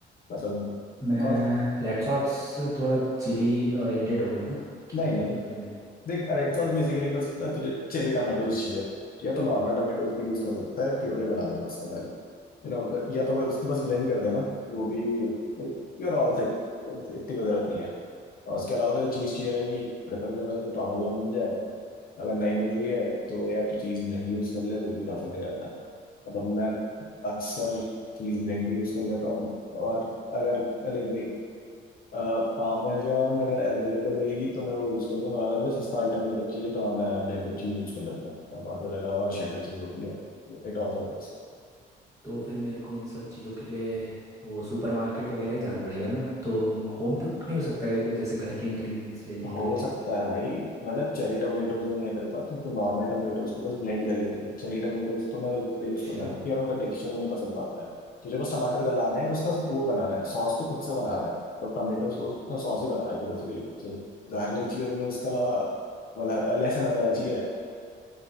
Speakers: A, on the left; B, on the right.
A: मतलब
B: मैं
A: कौन
B: रेड सॉस थोड़ा चिली ओरिएंटेड होगा ना कि
A: नहीं
B: मतलब
A: नहीं
B: उसमें थोड़ी मिर्च
A: देख रेड
B: अच्छा
A: सॉस
B: ऐसा
A: बेसिकली बस तुझे चेरी टमाटोज चाहिए या तो नॉर्मल टमाटोज भी यूज कर सकता है प्योरे बना लेना उसको पहले यू नो या तो बस बस ब्लेंड कर देना वो भी यूर ऑल सेट इतनी कोई जरूरत नहीं है और उसके अलावा तो चीज़ चाहिए रहेगी प्रेफर करना तुझे पार्मेजान मिल जाए अगर नहीं मिल रही है तो यार तू चीज़ ब्लेंड यूज कर ले वो भी काफ़ी सही रहता है मतलब मैं अक्सर चीज़ ब्लेंड भी यूज कर लेता हूँ और अगर लाइक देख पामेजान अगर अवेलेबल होएगी तो मैं वो यूज़ कर लूंगा अगर मुझे सस्ता अल्टरनेटिव चाहिए तो हाँ मैं ब्लेंडेड चीज़ यूज़ कर लेता हूँ मोज़रेला और शेडर चीज़ होती है It also works
B: तो फिर मेरे को इन सब चीज़ों के लिए वो सुपरमार्केट वगैरह ही जाना पड़ेगा ना तो होम पे कुक नहीं हो सकता क्या कुछ जैसे घर के इंग्रेडिएंट्स ले लिए
A: हो
B: थोड़े
A: सकता है भाई मतलब चेरी टोमेटोज नहीं है तेरे पास तो, तो नॉर्मल टोमेटोज को बस ब्लेंड कर ले ठीक है चेरी टोमेटोज तो मैं
B: अच्छा
A: यूज़ करता हूँ क्योंकि यार उनका टेक्सचर मुझे पसंद आता है तुझे बस टमाटर गलाना है उसका वो बनाना है सॉस तो खुद से बना रहा है तो टोमेटो सॉस सॉस ही बना रहा है बेसिकली खुद से गार्लिक चाहिए तो उसके अलावा वाला लहसुन वगैरह चाहिए